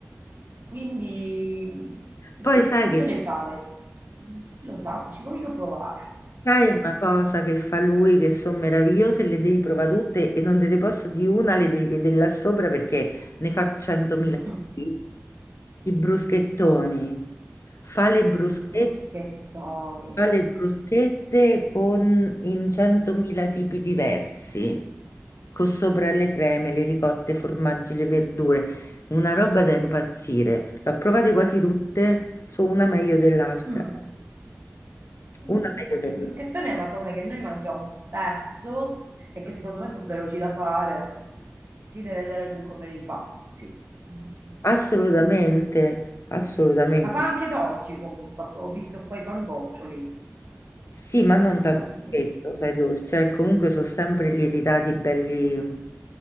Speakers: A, on the right; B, on the left.
A: Quindi mh,
B: Poi sai
A: anche
B: che...
A: le fave, mh, chi lo sa, ci voglio provare.
B: Sai una cosa che fa lui che sono meravigliose, le devi provare tutte e non te ne posso di una, le devi vedere là sopra perché ne fa 100.000.
A: <laughs>
B: tipi. I bruschettoni. Fa le bruschette,
A: I bruschettoni.
B: fa le bruschette con, in 100.000 tipi diversi, con sopra le creme, le ricotte, i formaggi, le verdure. Una roba da impazzire. L'ho provate quasi tutte, sono una meglio dell'altra.
A: Mm, mm,
B: Una meglio
A: Perché
B: dell'altra.
A: i bruschettoni è una cosa che noi mangiamo spesso e che secondo me sono veloci da fare. Si deve vedere lui come li fa. Sì. Mm.
B: Assolutamente, assolutamente.
A: Ma fa anche dolci comunque. Ho visto qua i pangoccioli.
B: Sì, ma non tanto
A: Gnammi.
B: spesso, sai, dolce. eh, Comunque sono sempre lievitati belli,